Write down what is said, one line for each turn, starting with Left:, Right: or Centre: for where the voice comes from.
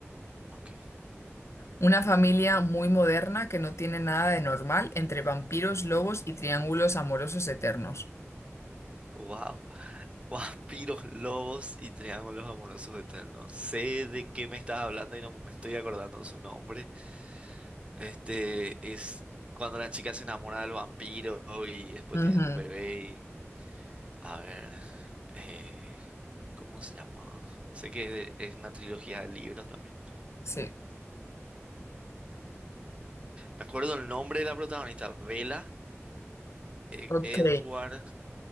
Right: Ok.
Left: Una familia muy moderna que no tiene nada de normal entre vampiros, lobos y triángulos amorosos eternos.
Right: Wow. <laughs> Vampiros, lobos y triángulos amorosos eternos. Sé de qué me estás hablando y no me estoy acordando su nombre. Este es cuando la chica se enamora del vampiro y después
Left: Ujú,
Right: tienen un bebé. y- a ver, eh, ¿cómo se llama? Sé que es, de- es una trilogía de libros también.
Left: sí,
Right: Me acuerdo el nombre de la protagonista, Bella, eh,
Left: ok.
Right: Edward.